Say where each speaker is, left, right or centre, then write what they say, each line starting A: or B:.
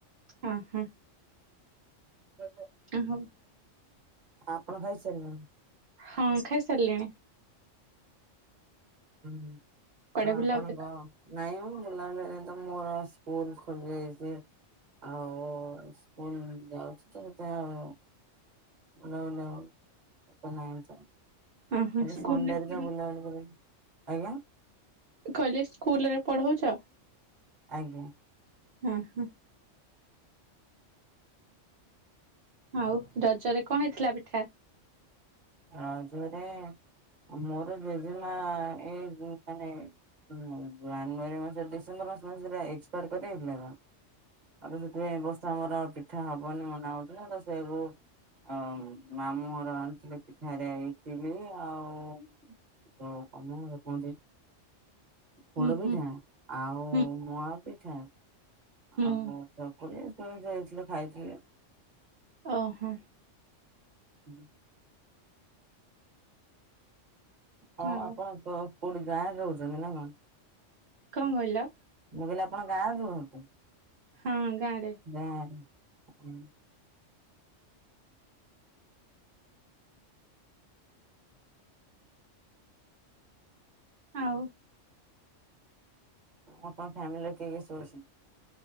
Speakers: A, on the right; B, on the right.
A: ଅଁ, ହଁ।
B: <unintelligible>
A: ଅଁ, ହଉ।
B: ଆପଣ ଖାଇସାରିଲେଣି?
A: ହଁ ଖାଇସାରିଲିଣି।
B: ହୁଁ,
A: କୁଆଡେ
B: ଓ
A: ବୁଲାବୁଲି
B: ଆପଣଙ୍କ ନାଇଁ ମୁଁ ବୁଲାବୁଲିରେ ତ ମୋର ସ୍କୁଲ୍ ଖୋଲି ଯାଇଛି। ଆଉ ସ୍କୁଲ୍ ଯାଉଛି ତ ସେଥିପାଇଁ ଆଉ ନଉନି ଆଉ <unintelligible>
A: ଅ ହଁ
B: ଖାଲି
A: ସ୍କୁଲରେ
B: ସଣ୍ଡେ ର ଯାହା ବୁଲାବୁଲି କରୁକି। ଆଜ୍ଞା।
A: କହିଲି ସ୍କୁଲ୍ ରେ ପଢଉଛ?
B: ଆଜ୍ଞା।
A: ହଁ, ହଁ। ଆଉ ରଜରେ କଣ ହେଇଥିଲା ପିଠା?
B: ରଜରେ ମୋର ଜେଜେମା ଏଇ ଗୁଁ, ମାନେ ମୋ ଜାନୁଆାରୀ ମାସରେ ଡିସେମ୍ବର ମାସରେ <inaudible> ଏକ୍ସପାର୍ଟ କରି ହେଇଥିଲେ ତ ତାର ସେଥିପାଇଁ ଏ ବର୍ଷ ଆମର ପିଠା ହବନି ମନା କରୁଥିଲା। ତାପରେ ସେଇଆକୁ ଆଉ ମାମୁଁଘର ଆଣିଥିଲେ। ପିଠା ହେରିଆ ଇଟିଲି ଆଉ ଯୋଉ କଣ ସେଟା କୁହନ୍ତି? ପୋଡ
A: ହୁଁ
B: ପିଠା,
A: ହୁଁ
B: ଆଉ
A: ହୁଁ
B: ମୁଆଁ ପିଠା।
A: ହୁଁ
B: ଆଉ ଚକୁଳି ଏସବୁ ଦେଇଥିଲେ ଖାଇଥିଲେ।
A: ଓ ହଁ।
B: <unintelligible> ନା ହଁ
A: ଆଉ
B: ଆପଣ ତ କୋଉଠି ଗାଁରେ ରହୁଛନ୍ତି ନା କଣ?
A: କଣ କହିଲ?
B: ମୁଁ କହିଲି ଆପଣ ଗାଁ ରେ ରୁହନ୍ତି?
A: ହଁ ଗାଁରେ
B: ଗାଁରେ ହଁ।
A: ଆଉ
B: ଆପଣ ଫ୍ୟାମିଲିରେ କିଏ କିଏ ସବୁ ଅଛନ୍ତି?